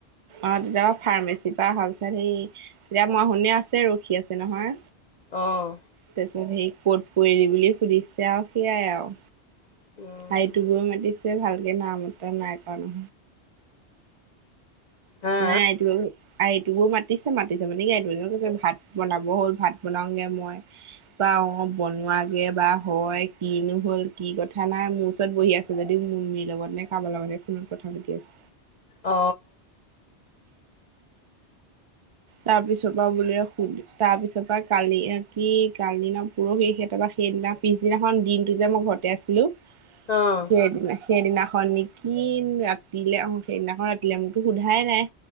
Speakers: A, on the right; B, on the left.
A: অ তেতিয়া ফাৰ্মাচীৰ পৰা পিছত হেৰি তেতিয়া মই শুনি আছে ৰখি আছে নহয়
B: অ
A: তাৰপিছত সেই কত পৰিলি বুলি সুধিছে আৱ সেইয়াই আৱ
B: উম,
A: হাইটো বৈ মাতিছে ভালকে নাইমতা নাই কৰা
B: হা
A: না এইটো আৰু এইটোকো মাতিছে মাতিছে মানে কি এইটো এ কৈছে ভাত বনাব হ'ল ভাত বনাওগে মই বা অ বনোৱা কি বা হয় কি নো হ'ল কি কথা নাই মোৰ ওচৰত বহি আছে যদিও মুনমীৰ লগত হে খাব লগা থাকে উম কথা পাতি আছে
B: অ
A: তাৰ পিছৰ পৰা বোলে শুনি তাৰ পিছৰ পৰা কালি কি কালি না পৰহি সেই‌ তাপা সেইদিনা পিছদিনাখন দিনটো যে মই ফটৌ তাতে আছিলো
B: অ',
A: সেইদিনা সেইদিনাখন নিকি ৰাতিলে অহ সেইদিনাখন ৰাতিলে মোকতো সোধাই নাই